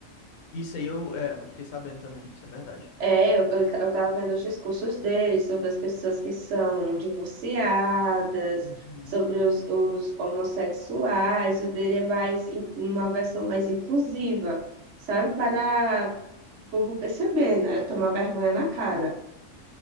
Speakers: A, on the left (about 85°); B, on the right (about 65°).
A: Isso aí eu, é, eu fiquei sabendo também, isso é verdade.
B: É, eu, eu, ta- eu tava vendo os discursos dele sobre as pessoas que são divorciadas,
A: Uhum.
B: sobre os, os homossexuais. O dele é mais in- uma versão mais inclusiva, sabe? Para o povo perceber, né? Tomar vergonha na cara,